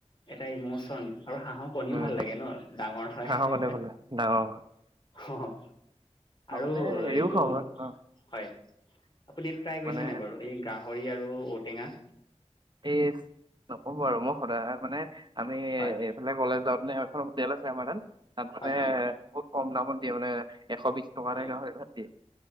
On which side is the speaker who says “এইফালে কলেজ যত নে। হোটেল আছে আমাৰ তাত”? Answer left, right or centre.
Right